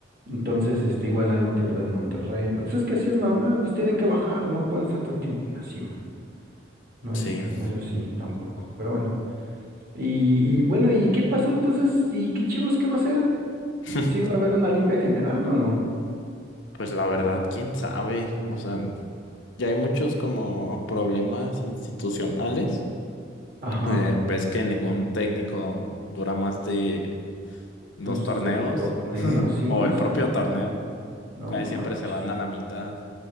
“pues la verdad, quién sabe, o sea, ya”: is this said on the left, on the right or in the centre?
Left